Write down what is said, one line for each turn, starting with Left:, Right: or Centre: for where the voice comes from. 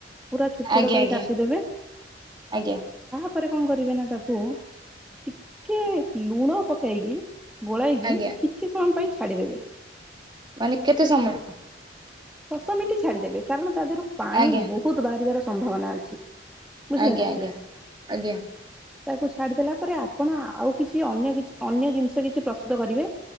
Centre: ପୁରା ଛୋଟ
Right: ଆଜ୍ଞା
Centre: ଛୋଟ
Right: ଆଜ୍ଞା
Centre: କରି କାଟିଦେବେ।
Right: ଆଜ୍ଞା।
Centre: ପରେରେ କଣ କରିବେ ନା ତାକୁ ଟିକେ ଲୁଣ ପକେଇକି ଗୋଳାଇକି
Right: ଆଜ୍ଞା।
Centre: କିଛି ସମୟ ପାଇଁ ଛାଡ଼ିଦେବେ।
Right: ମାନେ କେତେ ସମୟ?
Centre: ଦଶ ମିନିଟ ଛାଡିଦେବେ କାରଣ ତା ଦେହରୁ ପାଣି
Right: ଆଜ୍ଞା
Centre: ବହୁତ ବାହାରିବାର ସମ୍ଭାବନା ଅଛି। ବୁଝିଲେ
Right: ଆଜ୍ଞା
Centre: ନା
Right: ଆଜ୍ଞା ଆଜ୍ଞା।
Centre: ତାକୁ ଛାଡିଦଲା ପରେ ଆପଣ ଆଉ କିଛି ଅନ୍ୟ କିଛି ଅନ୍ୟ ଜିନିଷ କିଛି ପ୍ରସ୍ତୁତ କରିବେ।